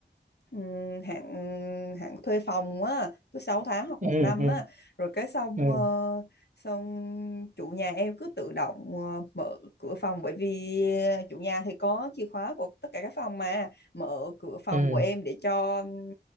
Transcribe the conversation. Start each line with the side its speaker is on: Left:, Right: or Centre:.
Left: ừm, hạn hạn thuê phòng á cứ 6 tháng hoặc
Right: ừ
Left: một năm
Right: ừ
Left: á rồi cái xong
Right: ừ
Left: ờ, xong chủ nhà em cứ tự động ờ, mở cửa phòng bởi vì ờ, chủ nhà thì có chìa khóa của tất cả các phòng mà mở cửa phòng
Right: ừ
Left: của em để cho ừm,